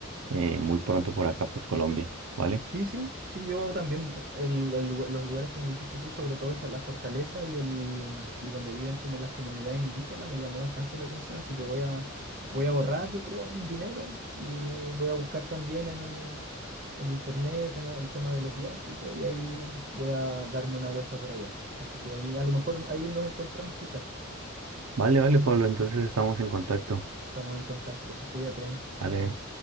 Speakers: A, on the right; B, on the right.
A: eh, muy pronto por acá, por Colombia, ¿vale?
B: Sí, sí, sí, yo también, el- el lugar- los lugares que me dijiste tú, sobre todo esa, la fortaleza y, el, y donde viven como las comunidades indígenas, me llamó bastante la atención, así que voy a, voy a ahorrar, yo creo, un dinero y voy a buscar también en, en internet, como el tema de los viajes y todo, y ahí voy a darme una vuelta por allá. Así que ahí, a lo mejor ahí nos encontramos quizás.
A: Vale, vale, Pablo, entonces estamos en contacto,
B: Estamos en contacto. Cuídate,
A: ¿vale?
B: chao.